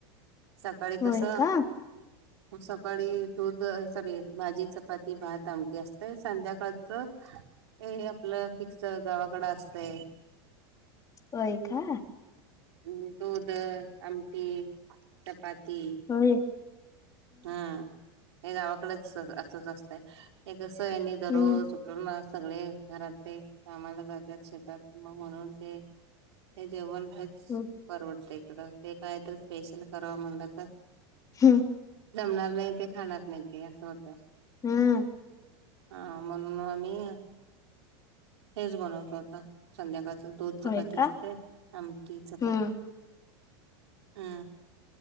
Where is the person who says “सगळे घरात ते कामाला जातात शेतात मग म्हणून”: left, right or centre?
Right